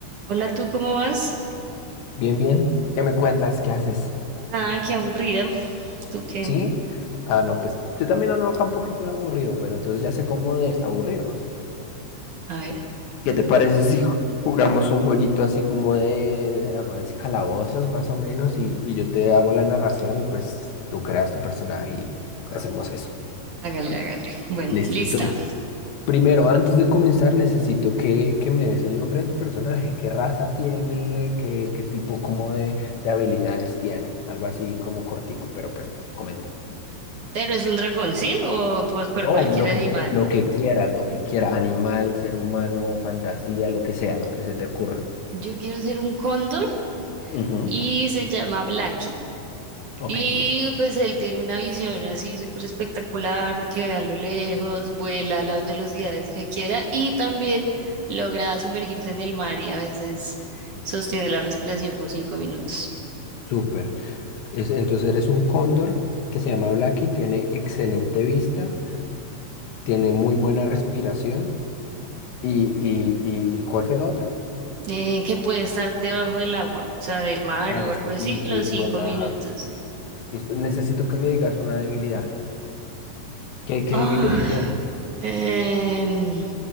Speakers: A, on the right; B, on the left.
A: Hola, ¿tú cómo vas?
B: Bien, bien. ¿Qué me cuentas? ¿Qué haces?
A: Nada, qué aburrida. ¿Tú qué?
B: ¿Sí? Ah, no, pues yo también ando acá un poquito aburrido, pero entonces ya sé cómo desaburrirnos.
A: A ver,
B: ¿Qué te parece si ju- jugamos un jueguito así como de dragones y calabozos, más o menos? Y, y yo te hago la narración y pues tú creas tu personaje y hacemos eso.
A: hágale, hágale. Bueno,
B: Listo.
A: lista.
B: Entonces, primero, antes de comenzar, necesito que, que me des el nombre de tu personaje. ¿Qué raza tiene? ¿Qué, qué tipo como de, de habilidades tiene? Algo así como cortico, pero pues comenta.
A: Pero es un dragón, ¿sí? O pues por
B: No,
A: cualquier
B: lo
A: animal.
B: que, qui- lo que quieras, lo que quieras, animal, ser humano, fantasía, lo que sea, lo que se te ocurra.
A: Yo quiero ser un cóndor
B: Ujú.
A: y se llama Blacky.
B: Ok,
A: Y
B: listo.
A: pues él tiene una visión así súper espectacular porque ve a lo lejos, vuela a las velocidades que quiera y también logra sumergirse en el mar y a veces sostiene la respiración por cinco minutos.
B: Súper. Es- entonces eres un cóndor que se llama Blacky, tiene excelente vista, tiene muy buena respiración. ¿Y, y, y ¿y cuál fue la otra?
A: eh, que puede estar debajo del agua, o sea, del mar
B: Ah,
A: o
B: listo.
A: algo así,
B: Y,
A: los
B: y es
A: cinco
B: buena.
A: minutos.
B: Listo. Necesito que me digas una debilidad. ¿Qué, qué
A: Ah,
B: debilidad tienes?
A: em,